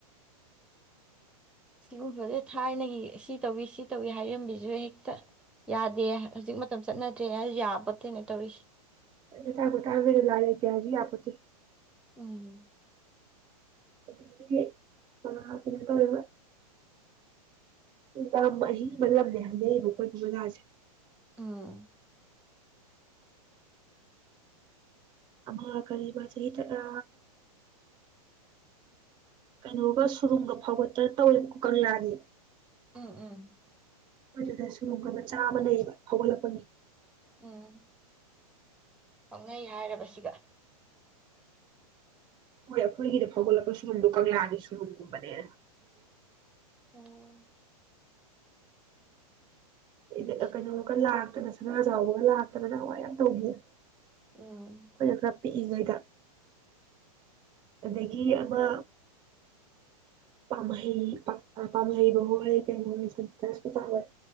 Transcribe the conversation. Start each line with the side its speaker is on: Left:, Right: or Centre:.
Centre: ꯁꯤꯒꯨꯝꯕꯖꯦ ꯊꯥꯏꯅꯒꯤ ꯁꯤ ꯇꯧꯏꯤ ꯁꯤ ꯇꯧꯏꯤ ꯍꯥꯏꯔꯝꯕꯤꯖꯨ ꯍꯦꯛꯇ ꯌꯥꯗꯦ ꯍ ꯍꯧꯖꯤꯛ ꯃꯇꯝ ꯆꯠꯅꯗ꯭ꯔꯦ ꯍꯥꯏ ꯌꯥꯕꯠꯇꯦꯅ ꯇꯧꯔꯤꯁꯤ
Right: ꯑꯩ ꯂꯤꯇꯥ ꯄꯨꯇꯅꯒ ꯂꯥꯏ ꯂꯩꯇꯦ ꯍꯥꯏꯖꯨ ꯌꯥꯄꯣꯇꯦ
Centre: ꯎꯝ
Right: ꯑꯗꯒꯤ ꯑ ꯀꯩꯅꯣ ꯇꯧꯌꯦꯕ ꯂꯝ ꯑꯍꯤꯡꯕ ꯂꯝꯅꯦ ꯍꯥꯏꯅꯩꯕ ꯈꯣꯏ ꯄꯨ ꯕꯖꯥꯖꯦ
Centre: ꯎꯝ
Right: ꯑꯃ ꯀꯔꯤꯕꯥ ꯆꯍꯤ ꯇꯔꯥ ꯀꯩꯅꯣꯒ ꯁꯨꯔꯨꯡꯒ ꯐꯥꯎꯒꯠꯇ ꯇꯧꯋꯦ ꯀꯨ ꯀꯪꯂꯥꯒꯤ
Centre: ꯎꯝ ꯎꯝ
Right: ꯃꯗꯨꯗ ꯁꯨꯔꯨꯡꯀ ꯃꯆꯥ ꯑꯃ ꯂꯩꯕ ꯍꯧꯒꯣꯠꯂꯛꯄꯒꯤ
Centre: ꯎꯝ ꯀꯛꯅꯩ ꯍꯥꯏꯔꯕ ꯁꯤꯒ
Right: ꯍꯣꯏ ꯑꯈꯣꯏꯒꯤꯗ ꯐꯧꯒꯠꯂꯛꯄ ꯁꯨꯔꯨꯡꯗꯣ ꯀꯪꯂꯥꯒꯤ ꯁꯨꯔꯨꯡꯒꯨꯝꯕꯅꯦ
Centre: ꯑꯣ
Right: ꯑꯦꯗꯦꯛ
Centre: ꯏꯁꯨ
Right: ꯑ ꯀꯩꯅꯣꯒ ꯂꯥꯛꯇꯅꯁ ꯁꯅꯥ ꯖꯧꯕꯒ ꯂꯥꯛꯇꯅ ꯅꯍꯋꯥꯏ ꯌꯥꯝ ꯇꯧꯒꯤꯌꯦ
Centre: ꯎꯝ
Right: ꯈꯣꯏꯅ ꯈꯔ ꯄꯤꯛꯏꯉꯩꯗ ꯑꯗꯒꯤ ꯑꯃ ꯄꯥꯝꯍꯩ ꯄꯝ ꯑ ꯄꯥꯥꯝꯍꯩꯕ ꯍꯣꯏ ꯀꯩꯅꯣꯏ ꯁꯟꯇ ꯀꯣꯆꯛ ꯍꯣꯏ